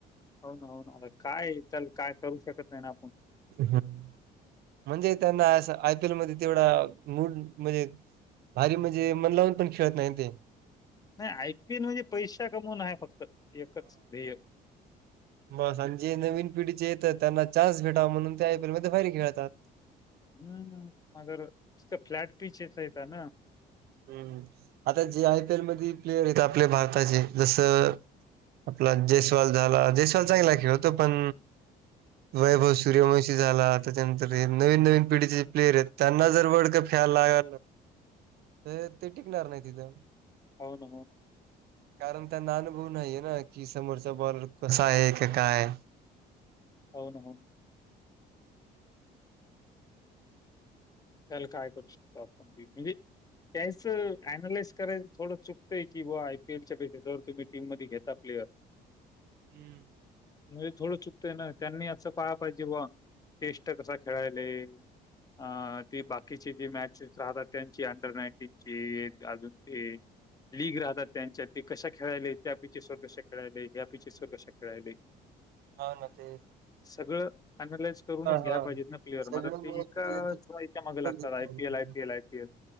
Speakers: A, on the left; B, on the right.
A: हो ना हो ना काय चल काय करू शकत नाही ना आपण
B: ह म्हणजे त्यांना असं आयपी एल मध्ये तेवढा मूड म्हणजे अरे म्हणजे मन लावून पण खेळत नाही ते
A: नाही आयपीएन म्हणजे पैसा कमवण आहे फक्त एकच ध्येय
B: म आता जे नवीन पिढीचे येतात त्यांना चान्स भेटावा म्हणून ते आयपी एल मध्ये बाहेर खेळतात.
A: हम्म मगर फ्लॅट <unintelligible> फीचर्स यता ना.
B: हम् आता जे आयपी एल मध्ये प्लेयर आहेत आपल्या भारताचे जसं. आपला जयस्वाल झाला जयस्वाल चांगला खेळतो पण
A: <unintelligible>
B: वैभव सूर्यवंशी झाला त्याच्यानंतर हे नवीन नवीन पिढीचे जे प्लेयर आहेत त्यांना जर वर्ल्ड कप खेळाला. तर ते टिकणार नाही तिथं.
A: होन हो.
B: कारण त्याना अनुभऊ नाहीये ना की समोरचा बॉलर कसा आहे का काय?
A: होन भाऊ. त्याला काय करू शकतो आप आपण बी म्हंजे त्याच अनालाइस करायच थोडं चुकंय की बुवा आयपीएलच्या बेसिस वर तुम्ही टीम मध्ये घेता प्लेअर <unintelligible>
B: हम्म.
A: म्हणजे थोडं चुकतंय ना त्यांनी असं पाहा पाहिजे बुवा टेस्ट कसा खेळायले. आ. ती बाकीची जी मॅचेस राहतात त्यांची अंडर नाईन्टीन ची अजून ते लीग राहतात त्यांच्यात ते कशा खेळायले त्या <unintelligible> खेळायले ह्या पिे <unintelligible> कसा खेळायले
B: हा ना ते
A: सगळं अनलाइज करूनच
B: हा
A: घ्या
B: हा
A: पाहिजेत ना प्लेअर
B: सगळं
A: म् ते
B: मिळून
A: एका
B: म्हणजे ते
A: याच्यामागे लागतात
B: जिंकलं.
A: आयपीएल आयीएल आयपीएल